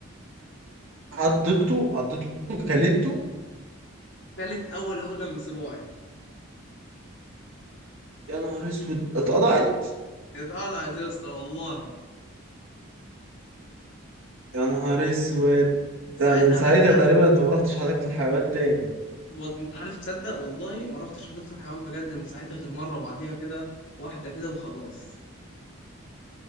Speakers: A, on the right; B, on the left.
A: عضته عضته كلته
B: كانت اول عقلة من صباعي
A: يا نهار اسود اتقطعت
B: اتقطعت يا اسطى والله
A: يا نهار اسود ده
B: ساعتها
A: من ساعتها
B: قعدت أع-
A: تقريبا انت ما رحتش حديقة الحيوان تاني
B: و- انت عارف تصدق والله ما رحتش حديقة الحيوان بجد من ساعتها غير مرة بعديها كده واحدة كده وخلاص